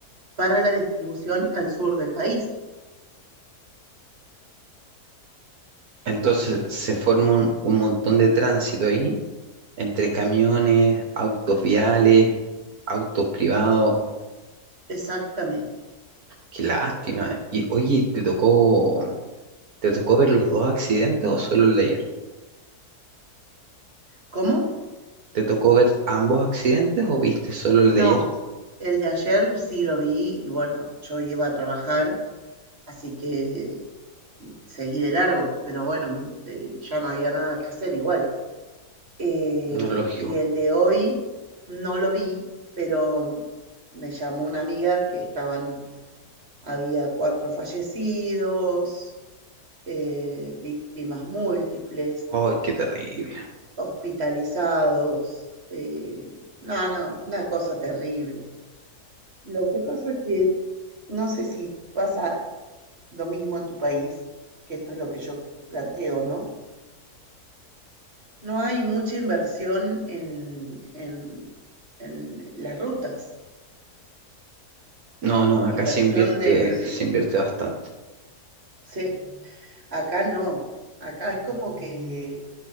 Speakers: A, on the right (about 40°); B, on the right (about 70°).
A: para la distribución al sur del país.
B: entonces se forma un, un montón de tránsito ahí, entre camiones, autos viales, autos privados.
A: Exactamente.
B: Qué lástima. Y oye, ¿te tocó, te tocó ver los
A: Sí.
B: dos accidentes o solo el de ayer?
A: ¿Cómo?
B: ¿Te tocó ver ambos accidentes o viste solo el
A: No,
B: de ayer?
A: el de ayer sí lo vi y bueno, yo iba a trabajar, así que seguí de largo, pero bueno, mm, eh, ya no había nada que hacer igual. Eh,
B: No, lógico.
A: y el de hoy no lo vi, pero mm, me llamó una amiga que estaban, había cuatro fallecidos, eh, víctimas múltiples,
B: Ay, qué terrible.
A: hospitalizados, eh, no, no, una cosa terrible. Lo que pasa es que no sé si pasa lo mismo en tu país, que esto es lo que yo planteo, ¿no? No hay mucha inversión en, en, en las rutas,
B: No, no, acá
A: inversión
B: se invierte,
A: del...
B: se invierte bastante.
A: Sí, acá no, acá es como que